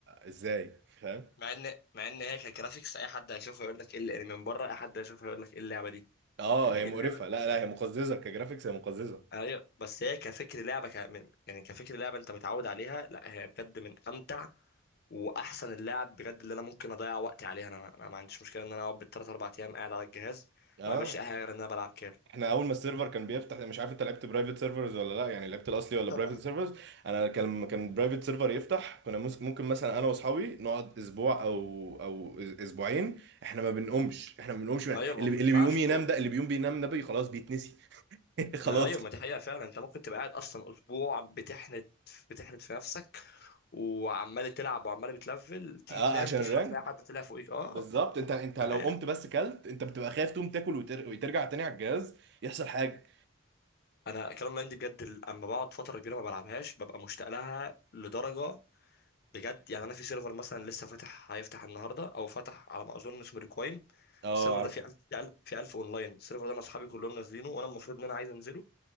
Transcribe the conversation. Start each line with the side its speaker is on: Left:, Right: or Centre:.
Right: ازاي فاهم
Left: مع ان مع ان هي كجرافيكس اي حد هيشوفها يقول لك ايه اللي- يعني من بره اي حد هيشوفها يقول لك ايه اللعبه دي
Right: اه
Left: يعني
Right: هي
Left: ايه
Right: مقرفه
Left: اللعبه دي
Right: لا لا
Left: لا.
Right: هي مقززه كجرافيكس هي مقززه
Left: ايوه بس هي كفكر لعبه ك... من- يعني كفكر لعبه انت متعود عليها لا هي بجد من امتع واحسن اللاعب بجد اللي انا ممكن اضيع وقتي عليها انا انا ما عنديش مشكله ان انا اقعد بالثلاث اربع ايام قاعد على الجهاز
Right: اه
Left: ما بعملش اي حاجه غير ان انا بلعب كيرل
Right: احنا اول ما السيرفر كان بيفتح مش عارف انت لعبت برايفت سيرفرز ولا لا يعني لعبت الاصلي ولا
Left: طبعا
Right: برايفت سيرفرز انا كان لما كان برايفت سيرفر يفتح كنا مس- ممكن مثلا انا واصحابي نقعد اسبوع او او اسبوعين احنا ما بنقومش احنا ما بنقومش من...
Left: ايوه
Right: اللي
Left: ما ما
Right: بي...
Left: ينفعش
Right: اللي بيقوم ينام
Left: تقوم
Right: ده اللي بيقوم بينام ده بي خلاص بيتنسي <laughs> خلاص
Left: ما ايوه ما دي حقيقه فعلا انت ممكن تبقى قاعد اصلا اسبوع بتحنت بتحنت في نفسك وعمال تلعب وعمال بتلفل تيجي
Right: اه
Left: تنام
Right: عشان
Left: تصحى
Right: الرانك
Left: تلاقي حد طلع فوقيك اه
Right: بالظبط انت انت لو
Left: ما هي-
Right: قمت بس كلت انت بتبقى خايف تقوم تاكل وتر... وترجع تاني على الجهاز يحصل حاجه
Left: انا كلام لاين دي بجد ال- اما بقعد فتره كبيره ما بلعبهاش ببقى مشتاق لها لدرجه بجد يعني انا في سيرفر مثلا لسه فاتح هيفتح النهارده او فتح على ما اظن اسمه ريكوايم
Right: اه
Left: السيرفر
Right: عارف
Left: ده فيه 1000 في 1000 في 1000 اونلاين السيرفر ده انا اصحابي كلهم نازلينه وانا المفروض ان انا عايز انزله